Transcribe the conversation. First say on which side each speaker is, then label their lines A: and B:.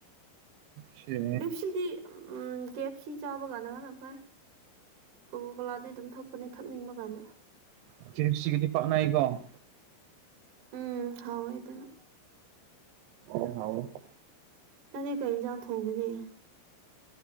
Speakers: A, on the right (about 80°); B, on the right (about 50°).
A: ꯀꯦ
B: ꯕꯤꯞꯁꯤꯗꯤ ꯎꯝ ꯀꯦꯞꯁꯤ ꯆꯥꯕ ꯀꯥꯟꯅꯕꯅ ꯐꯥꯏ ꯀꯣꯀꯣ ꯀꯣꯂꯥꯗꯒꯤꯩ ꯑꯗꯨꯝ ꯊꯛꯄꯅꯦ ꯊꯛꯅꯤꯡꯕ ꯀꯥꯟꯗ
A: <unintelligible> ꯄꯥꯛꯅꯩꯀꯣ
B: ꯎꯝ ꯍꯥꯎꯋꯦꯗꯨꯅ
A: ꯑꯣ ꯍꯥꯎ <unintelligible>
B: ꯅꯡ ꯗꯤ ꯀꯩ ꯌꯦꯟꯖꯥꯡ ꯊꯣꯡꯒꯅꯤ